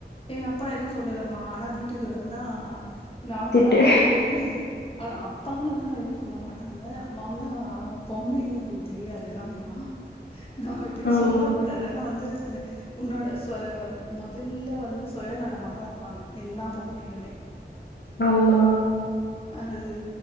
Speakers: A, on the left; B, on the left.
A: எங்க அப்பா எதுவும் சொல்லலமா ஆனா வீட்டுக்கு வந்தா நார்மலா
B: திட்டு.
A: வந்து அது அப்பாங்கலாம் எதுவும் சொல்ல மாட் டாங்க மாமுலா பொம்பலிங்க புத்தி அதுதானேம்மா நான் இப்டி
B: ஆமா
A: சொல்ல கூடாது ஆனா வந்து உன்னோட சோ முதல்ல வந்து சுயநலமா தான் இருப்பாங்க எல்லா பொம்பளைைங்களுமே
B: ஆமா
A: அது